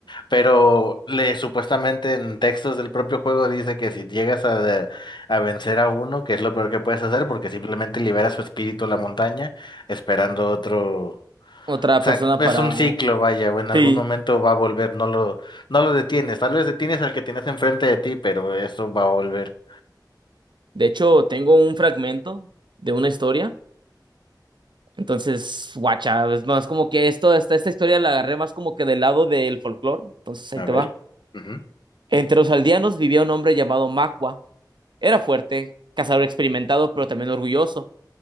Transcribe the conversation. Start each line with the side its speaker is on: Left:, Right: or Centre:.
Left: Pero le supuestamente en textos del propio juego dice que si llegas a, de- a vencer a uno, que es lo peor que puedes hacer, porque simplemente libera su espíritu a la montaña, esperando otro.
Right: otra
Left: O sea,
Right: persona
Left: es
Right: para...
Left: un ciclo, vaya, o en
Right: Sí,
Left: algún momento va a volver, no lo, no lo detienes. Tal vez detienes al que tienes enfrente de ti, pero eso va a volver.
Right: de hecho, tengo un fragmento de una historia Entonces, guacha, es más como que esto, esta, esta historia la agarré más como que del lado del folclore. Entonces ahí
Left: A
Right: te
Left: ver.
Right: va.
Left: Ujú.
Right: Entre los aldeanos vivía un hombre llamado Macua. Era fuerte, cazador experimentado, pero también orgulloso.